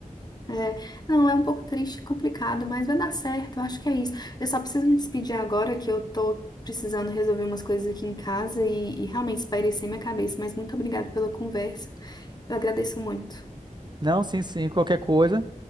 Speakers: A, on the left; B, on the right.
A: É, é. não, é um pouco triste e complicado, mas vai dar certo, eu acho que é isso. Eu só preciso me despedir agora que eu tô precisando resolver umas coisas aqui em casa e, e realmente espairecer minha cabeça, mas muito obrigada pela conversa. Eu agradeço muito.
B: Não, sim, sim, qualquer coisa.